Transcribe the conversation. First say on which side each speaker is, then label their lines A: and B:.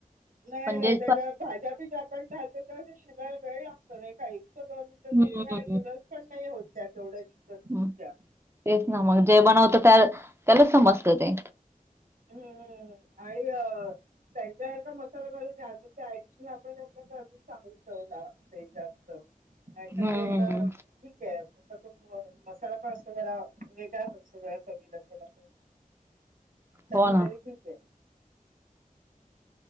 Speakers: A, on the right; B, on the right.
A: नाही
B: पण
A: नाही
B: जे
A: त्याच्या भाज्या बीज्या आपण घालतो तेव्हा शिजायला वेळ लागतो नाही काही फक्त दोन मिनिटांत
B: हं,
A: फक्त त्या नूडल्स पण नाही होत तेव्हढ्या शिजत
B: हं.
A: त्या
B: तेच ना मग जे बनवत त्या त्याला समजत ते.
A: हम्म आणि अ त्यांच्यासारखं मस्त <unintelligible> ऍडिशनल आपण घातल तर अजून चांगली चव लागते जास्त नाही
B: हं,
A: तर ते एवढं ठीक आहे <unintelligible> मसाला पण असतो जरा वेगळाच असतो जरा चवीला थोडा तो कधी
B: हो ना.
A: तरी ठीक आहे.